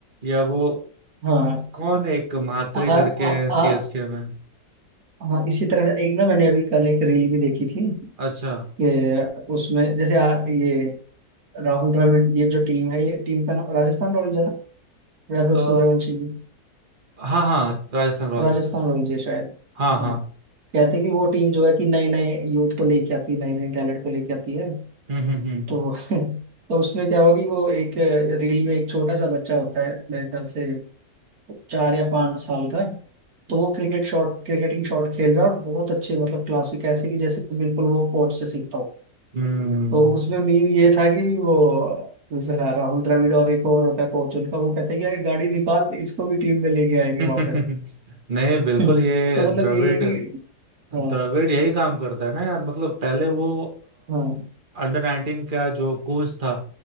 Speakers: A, on the right; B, on the right.
A: या वो
B: हाँ
A: कौन है, एक म्हात्रे
B: आ,
A: करके
B: आ,
A: हैं सीएसके
B: आ,
A: में
B: हाँ इसी तरह एक ना मैंने अभी कल एक रील भी देखी थी
A: अच्छा
B: कि उसमें जैसे आ, ये राहुल द्रविड़ ये जो टीम है ये टीम का नाम राजस्थान रॉयल्स है ना या फिर
A: अ
B: सूर्यवंशी की
A: हाँ हाँ राजस्थान रॉयल्स
B: राजस्थान रॉयल्स है शायद
A: हाँ हाँ
B: हाँ कहते हैं कि वो टीम जो है कि नए नए यूथ को लेके आती है नए नए टैलेंट को लेके आती है
A: हम्म हम्म
B: तो <laughs> तो उसमें क्या होगी वो एक रील में एक छोटा सा बच्चा होता है मेरे ख्याल से चार या पांच साल का है। तो वो क्रिकेट शॉट क्रिकेटिंग शॉट खेल रहा है और बहुत अच्छे मतलब क्लासिक ऐसे कि जैसे बिल्कुल वो कोच से सीखता हो
A: हम्म हम्म
B: तो उसमें मीम ये था कि वो दूसरा राहुल द्रविड़ और एक और होता है कोच उनका वो कहते हैं कि यार गाड़ी निकाल इसको भी टीम में लेके आएंगे
A: <laughs>
B: वापस
A: नहीं बिल्कुल
B: <laughs>
A: ये
B: तो
A: द्रविड़
B: मतलब यही है कि
A: द्रविड़
B: हाँ
A: यही काम करता है ना यार मतलब पहले वो
B: हाँ
A: अंडर नाइनटीन का जो कोच था